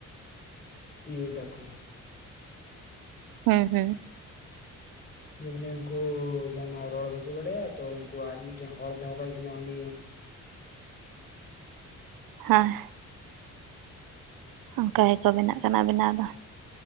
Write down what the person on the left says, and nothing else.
ᱤᱭᱟᱹᱭ ᱫᱟᱠᱩ
ᱡᱮᱢᱟᱱᱮ ᱩᱱᱠᱩ ᱡᱟᱦᱱᱟᱜ ᱨᱚᱲ ᱵᱟᱠᱩ ᱵᱟᱲᱟᱭᱟ ᱛᱚ ᱩᱱᱠᱩ ᱟᱡ ᱢᱤᱫᱴᱮᱱ ᱦᱚᱲ ᱛᱦᱚᱠᱟᱭ ᱠᱟᱱᱟ ᱩᱱᱤ